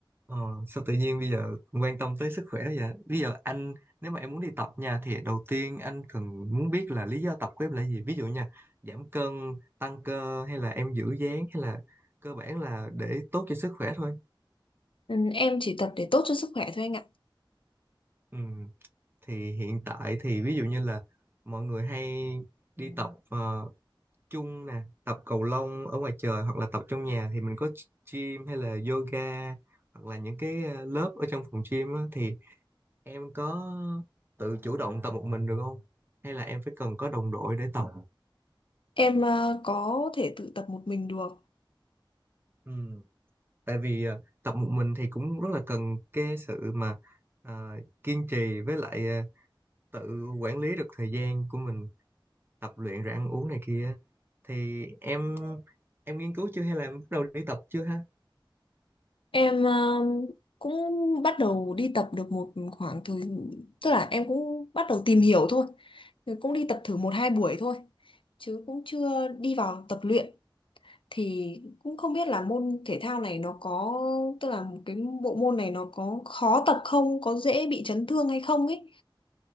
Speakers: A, on the right; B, on the left.
A: ờ, sao tự nhiên bây giờ quan tâm tới sức khỏe vậy? Bây giờ anh nếu mà em muốn đi tập nha thì đầu tiên anh cần muốn biết là lý do tập của em là gì? Ví dụ nha, giảm cân, tăng cơ hay là em giữ dáng hay là cơ bản là để tốt cho sức khỏe thôi.
B: Ừ, em chỉ tập để tốt cho sức khỏe thôi anh ạ.
A: Ừ, thì hiện tại thì ví dụ như là mọi người hay đi tập ờ, chung nè, tập cầu lông ở ngoài trời hoặc là tập trong nhà thì mình có gym hay là yoga hoặc là những cái ờ, lớp ở trong phòng gym á, thì em có tự chủ động tập một mình được không hay là em phải cần có đồng đội để tập
B: Em ờ, có thể tự tập một mình được.
A: ừ. tại vì à, tập một mình thì cũng rất là cần cái sự mà à, kiên trì với lại à, tự quản lý được thời gian của mình tập luyện rồi ăn uống này kia thì em em nghiên cứu chưa hay là em bắt đầu đi tập chưa ha
B: Em um, cũng bắt đầu đi tập được một khoảng thời tức là em cũng bắt đầu tìm hiểu thôi Rồi cũng đi tập thử một hai buổi thôi chứ cũng chưa đi vào tập luyện thì cũng không biết là môn thể thao này nó có tức là một cái bộ môn này nó có khó tập không có dễ bị chấn thương hay không ấy